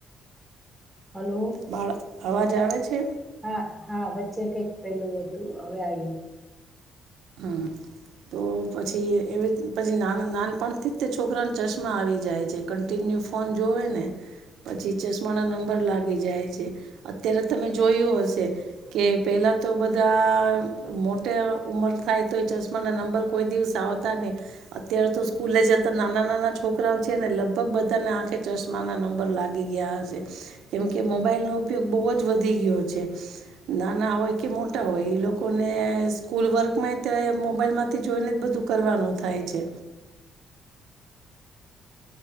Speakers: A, in the centre; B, on the right.
A: હલો
B: બાળ અવાજ આવે છે
A: હા હા વચ્ચે કંઈક પહેલું હતું હવે આવ્યું.
B: હમ તો પછી એ પછી નાનપણથી તે છોકરા ચશ્મા આવી જાય છે. કનટી ન્યુ ફોન જોવે ને. પછી ચશ્મા ના નંબર લાગી જાય છે. અત્યારે તમે જોયું હશે કે પેલા પહેલા તો બધા મોટે ઉમર થાય તો એ ચશ્મા ના નંબર કોઈ દિવસ આવતા નહી અત્યારે તો સ્કૂલે જ હતા નાના નાના છો કરાઓ છે ને લગભગ બધાને આંખે ચશ્મા ના નંબર લાગી ગયા હશે કેમકે મોબાઈલનૉ ઉપયોગ બહુ જ વધી ગયો છે. નાના હોય કે મોટા હોય એ લોકોને સ્કૂલ વર્કમાં મોબાઈલ માંથી જોઈને જ બધું કરવાનું થાય છે.